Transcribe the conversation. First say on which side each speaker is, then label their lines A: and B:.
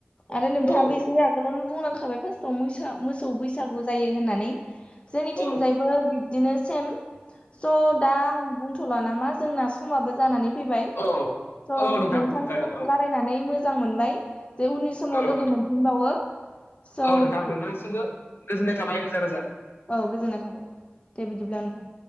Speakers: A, on the left; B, on the left.
A: आरो नोंथाङाबो
B: औ
A: एसे आगोलावनो बुंलांखाबाय फार्स्टआव मोसा-मोसौ बैसागु जायो होननानै। जोंनिथिंजायबो
B: औ
A: बिब्दिनो सेम स' दा आं बुंथ'ला नामा जोंना समाबो जानानै फैबाय
B: औ
A: स'
B: औ नोंथां
A: नोंथांजों
B: जागोन औ
A: रालाय नानै मोजां मोनबाय। जे उननि समाव
B: औ
A: लोगो
B: नोंथां
A: मोनफिनबावो स'
B: औ नोंथां नोंथांसिमबो गोजोननाय थाबाय रोजा रोजा
A: औ गोजोनाय थाबाय दे बिदिब्ला नों